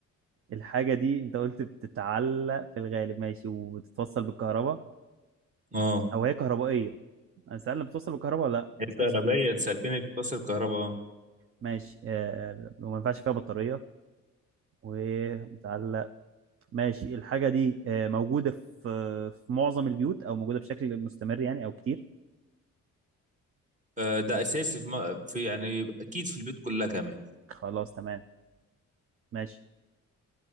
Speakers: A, on the right (about 45°); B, on the right (about 25°).
A: الحاجه دي انت قلت بتتعلق في الغالب ماشي وتتوصل بالكهرباء
B: اه
A: او هي كهربائيه انا سأل بتوصل بالكهرباء ولا لا
B: الكهربائية
A: سأل سؤال
B: انت سألتني بتوصل الكهرباء اه
A: ماشي آه، آه، وما ينفعش فيها بطارية ومتعلق ماشي الحاجة دي آه، موجودة في في معظم البيوت أو موجودة بشكل مستمر يعني أو كتير
B: آه، ده أساسي في, م... في يعني أكيد في البيت كلها كمان
A: خلاص تمام ماشي